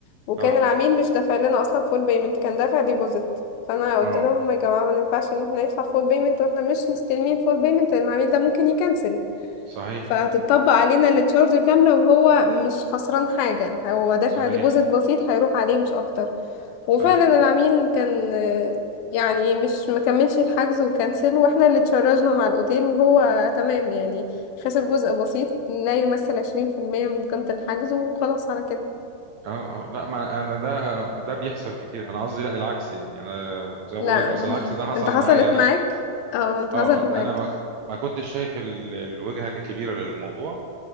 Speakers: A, on the left (about 80°); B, on the right (about 75°).
A: وكان
B: اه
A: العميل مش دافع لنا اصلا فول بيمنت كان دافع ديبوزيت فانا قلت
B: اه
A: لهم يا جماعة ما ينفعش ان احنا ندفع فول بيمنت واحنا مش مستلمين فول بيمنت لان العميل ده ممكن يكنسل
B: صحيح
A: فهتطبق علينا التشارج كاملة وهو مش خسران حاجة هو دافع
B: صحيح
A: ديبوزيت بسيط هيروح عليه مش أكتر وفعلا
B: صحيح
A: العميل كان آه، يعني مش مكملش الحجز وكنسل واحنا اللي تشرجنا مع الأوتيل وهو تمام يعني خسر جزء بسيط لا يمثل عشرين في المية من قيمة الحجز وخلاص على كده
B: اه اه لا ما انا ده ده بيحصل كتير انا قصدي لا العكس يعني انا زي ما
A: لا
B: بقول لك اصل العكس
A: <laughs>
B: ده حصل
A: انت حصلت
B: معايا انا
A: معاك اه انت
B: اه
A: حصلت
B: اه
A: معاك
B: انا ما ك- ما كنتش شايف ال- الوجهة الكبيرة للموضوع